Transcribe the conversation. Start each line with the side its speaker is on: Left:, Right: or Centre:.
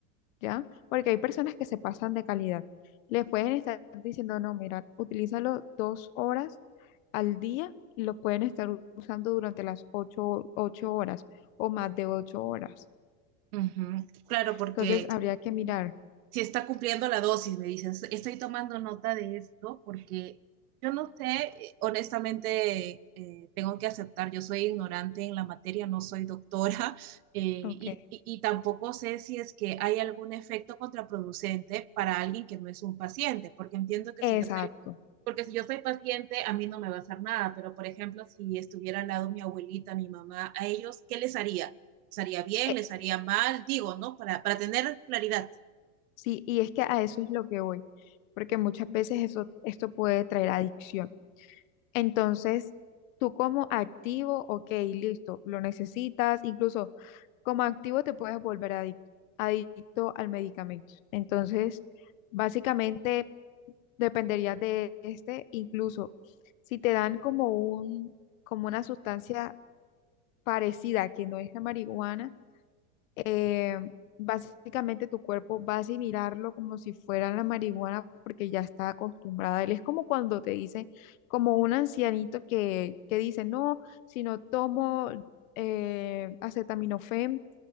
Left: ¿ya? Porque hay personas que se pasan de calidad. Les pueden estar diciendo, no, mira, utilízalo dos horas al día y lo pueden estar u- usando durante las ocho, ocho horas o más de ocho horas.
Right: ujú. Claro, porque
Left: Entonces, habría que mirar,
Right: si está cumpliendo la dosis, me dicen, estoy tomando nota de esto porque yo no sé, eh, honestamente, eh, tengo que aceptar, yo soy ignorante en la materia, no soy doctora <laughs> eh, y,
Left: ok.
Right: y- y tampoco sé si es que hay algún efecto contraproducente para alguien que no es un paciente, porque entiendo que
Left: Exacto.
Right: si yo soy, porque si yo soy paciente, a mí no me va a hacer nada, pero por ejemplo, si estuviera al lado mi abuelita, mi mamá, a ellos, ¿qué les haría? ¿Les haría bien?
Left: Eh,
Right: ¿Les haría mal? Digo, ¿no? Para, para tener claridad.
Left: sí, y es que a eso es lo que voy, porque muchas veces eso, esto puede traer adicción. Entonces, tú como activo, ok, listo, lo necesitas, incluso como activo te puedes volver adicto, adicto al medicamento. Entonces, básicamente dependería de este, incluso si te dan como un, como una sustancia parecida que no es la marihuana eh, básicamente tu cuerpo va a asimilarlo como si fuera la marihuana porque ya está acostumbrada. Él es como cuando te dice, como un ancianito que, que dice, no, si no tomo eh, acetaminofén,